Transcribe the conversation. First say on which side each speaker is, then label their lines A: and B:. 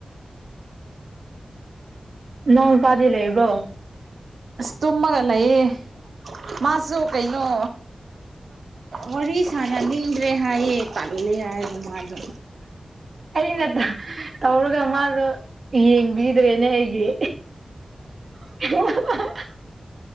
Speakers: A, on the right; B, on the right.
A: ꯏꯅꯥꯎꯅꯨꯄꯥꯗꯤ ꯂꯩꯕ꯭ꯔꯣ
B: ꯇꯨꯝꯃꯒꯂꯌꯦ ꯃꯥꯁꯨꯣ ꯀꯩꯣ ꯋꯥꯔꯤ ꯁꯅ ꯅꯤꯡꯗ꯭ꯔꯦ ꯍꯥꯏꯌꯦ ꯇꯥꯜꯂꯦ ꯍꯥꯏ ꯃꯥꯗꯣ
A: ꯑꯩꯅ ꯇꯧꯔꯒ ꯃꯥꯗꯣ ꯌꯦꯡꯕꯤꯗ꯭ꯔꯦꯅꯦ ꯑꯩꯒꯤ <inaudible>